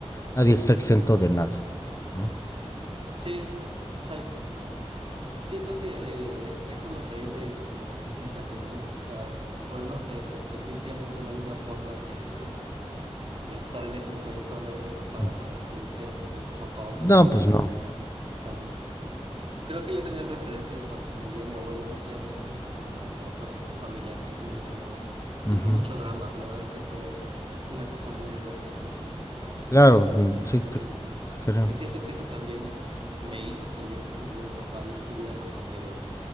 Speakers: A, on the left; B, on the right.
A: Nadie está exento de nada, ¿no?
B: Sí, o sea, siento que eso es lo que a mí me hizo como difícil también como estar, bueno, no sé, de- definitivamente no hay una forma de, de estar en ese momento, nadie te prepara
A: Ujú.
B: para despedirte de, de tu papá o tu
A: No,
B: mamá,
A: pues no.
B: o sea, Creo que yo tenía el referente de cuando se murió mi abuela materna, que es como la otra familiar que sí me dolió,
A: Ujú.
B: y fue mucho drama. La verdad es que fue una cosa muy desgastante incluso, ¿no? O sea,
A: Claro,
B: como mu-
A: mm,
B: mucha
A: sí,
B: gente
A: te, te
B: llorando.
A: creo.
B: Y siento que eso también me hizo que el día que se murió mi papá yo estuviera como de,